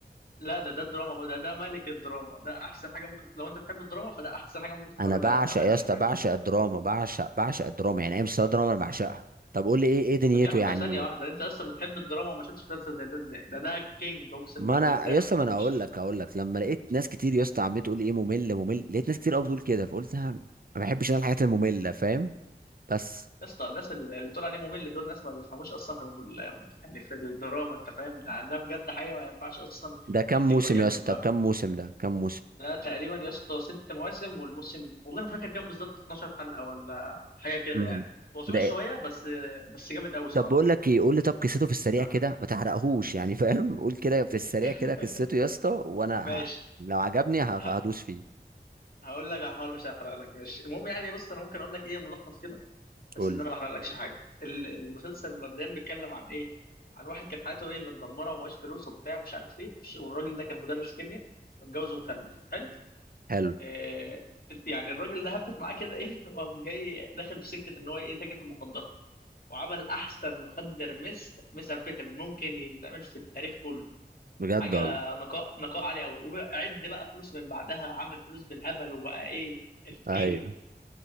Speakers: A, on the left; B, on the right.
A: لا ده ده الدراما بقى ده ده ملك الدراما ده احسن حاجه ممكن لو انت تحب الدراما فده احسن حاجه ممكن تتفرج
B: انا بعشق
A: عليها بامانه
B: يا اسطى
A: يعني حاجه
B: بعشق
A: جامده قوي
B: الدراما بعشق بعشق الدراما يعني ايه مسلسل دراما انا بعشقها طب قول لي ايه ايه دنيته
A: طب يا عم
B: يعني
A: ثانيه واحده انت اصلا بتحب الدراما وما شفتش مسلسل زي ده ازاي ده ده كينج اقسم
B: ما
A: بالله
B: انا
A: ازاي
B: يا
A: ما
B: اسطى
A: شفتوش
B: ما انا اقول لك اقول لك لما لقيت ناس كتير يا اسطى عمال تقول لي ايه ممل ممل لقيت ناس كتير قوي بتقول كده فقلت ها، ما بحبش انا الحاجات المملة فاهم بس
A: يا اسطى الناس اللي اللي تقول عليه ممل دول ناس ما بيفهموش اصلا في الم- يعني في الدراما انت فاهم يعني ده بجد حاجه ما ينفعش اصلا
B: ده كام
A: حد
B: موسم
A: يقيمها
B: يا اسطى
A: بامانه
B: طب كام موسم ده كام موسم
A: ده تقريبا يا اسطى ست مواسم والموسم والله ما فاكر كام بالظبط 12 حلقه ولا حاجه كده
B: امم
A: يعني هو طويل
B: ده إيه؟
A: شويه بس بس جامد قوي صراحه
B: طب بقول لك ايه قول لي طب قصته في السريع
A: ها
B: كده ما تحرقهوش يعني فاهم <laughs> قول كده في السريع
A: <laughs>
B: كده قصته يا اسطى وانا
A: ماشي
B: ه... لو عجبني ه...
A: ه-
B: هدوس فيه
A: هقول لك هحاول مش هحرق لك ماشي المهم يعني بص انا ممكن اقول لك ايه ملخص كده بس
B: قول
A: ان
B: لي
A: انا ما احرقلكش حاجه ال- المسلسل مبدئيا بيتكلم عن ايه عن واحد كانت حياته ايه متدمره ومعهوش فلوس وبتاع ومش عارف ايه والراجل ده كان مدرس كيمياء متجوز ومخلف حلو
B: حلو
A: آه يعني الراجل ده هبت معاه كده ايه <laughs> وقام جاي داخل في سكه ان هو ايه تاجر في المخدرات وعمل احسن مخدر مس مس امفيتامين ممكن يتعمل في التاريخ كله
B: بجد
A: حاجه
B: والله
A: نقاء نقاء عالي قوي وعد بقى فلوس من بعدها عمل فلوس بالهبل وبقى ايه الكينج
B: ايوه